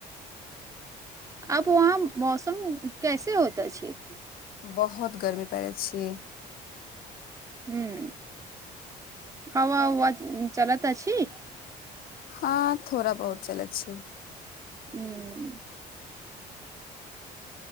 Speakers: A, on the right (about 20°); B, on the left (about 60°).
A: अब वहाँ मौसम कैसे होता छै
B: बहुत गर्मी पारति छी
A: हूं हवा उवा चलत अछि
B: हँ थोड़ा बहुत चलै छै
A: उं